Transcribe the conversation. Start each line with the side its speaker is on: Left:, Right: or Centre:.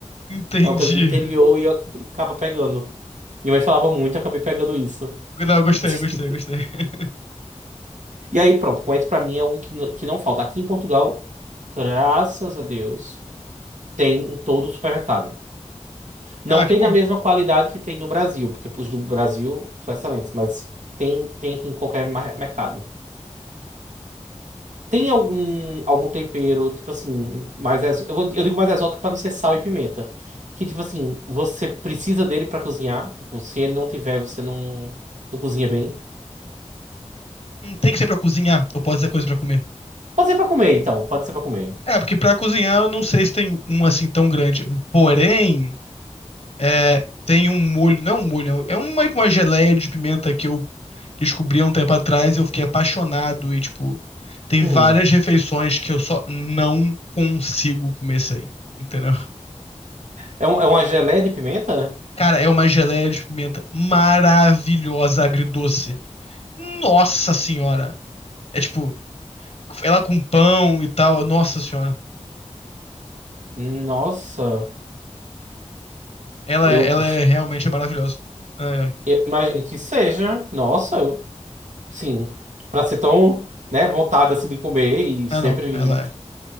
Left: Entendi.
Right: É uma coisa do interior e acaba pegando. Minha mãe falava muito, eu acabei pegando isso.
Left: Não, eu gostei,
Right: <laughs>
Left: eu gostei, eu gostei. <laughs>
Right: E aí, pronto, coentro pra mim é um que, n- que não falta. Aqui em Portugal, graças a Deus, tem em todo o supermercado. Não
Left: Ah, que
Right: tem
Left: bom.
Right: na mesma qualidade que tem no Brasil, porque os do Brasil são excelentes, mas tem, tem aqui em qualquer mar- mercado. Tem algum, algum tempero, tipo assim, mais ex... eu, vou- eu digo mais exótico para não ser sal e pimenta. Que, tipo assim, você precisa dele para cozinhar. Tipo, se ele não tiver, você não, não cozinha bem.
Left: Não tem que ser pra cozinhar, eu posso dizer coisa pra comer.
Right: Pode ser para comer, então. Pode ser para comer.
Left: É, porque pra cozinhar eu não sei se tem um assim tão grande. Porém, é, tem um molho, não é um molho, é um- meio que uma geleia de pimenta que eu descobri há um tempo atrás e eu fiquei apaixonado. E, tipo, tem
Right: Hum.
Left: várias refeições que eu só não consigo comer sem, entendeu?
Right: É, um- é uma geleia de pimenta?
Left: Cara, é uma geleia de pimenta maravilhosa, agridoce. Nossa senhora! É tipo, ela com pão e tal, nossa senhora.
Right: Nossa,
Left: Ela
Right: eu,
Left: é, ela é realmente maravilhosa. É,
Right: eu imagino que seja. Nossa, eu- sim. Pra ser tão, né, vontade assim de comer e sempre.
Left: ah, não, ela é,